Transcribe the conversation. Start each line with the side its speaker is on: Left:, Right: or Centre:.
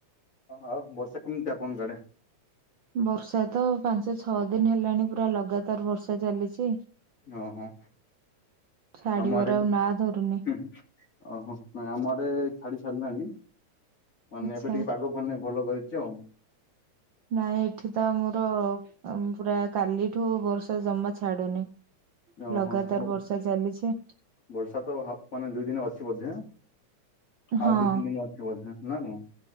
Left: ଓହୋ ଆଉ ବର୍ଷା କେମିତି ଆପଣଙ୍କ ଆଡ଼େ?
Right: ବର୍ଷା ତ ପାଞ୍ଚ ଛଅ ଦିନ ହେଲାଣି ପୁରା ଲଗାତର ବର୍ ର୍ଷା ଚାଲିଛି।
Left: ଓହୋ।
Right: ଛାଡିବାର
Left: ଆମ ଆଡେ
Right: ଆଉ
Left: ବି
Right: ନା ଧରୁନି।
Left: ହୁଁ ଓହୋ ନାଇଁ ଆମଆଡ଼େ ଛାଡ଼ି ସାରିଲାଣି। ମାନେ
Right: ଆଚ୍ଛା।
Left: ଏବେ ଟିକେ ପାଗ ମାନେ ଭଲ କରିଛି ଆଉ।
Right: ନାଇଁ ଏଠି ତ ଆମର ଆଉ ପୁରା କାଲିଠୁ ବର୍ଷା ଜମା ଛାଡୁନି।
Left: ଓହୋ
Right: ଲଗାତାର
Left: ହଉ
Right: ବର୍ଷା ଚାଲିଛି
Left: ବର୍ଷା ତ ହ ମାନେ ଦୁଇ ଦିନ ଅଛି ବୋଧେ?
Right: ହଁ
Left: ଆଉ ଦୁଇ ତିନି ଦିନ ଅଛି ବୋଧେ ନା ମୁଁ।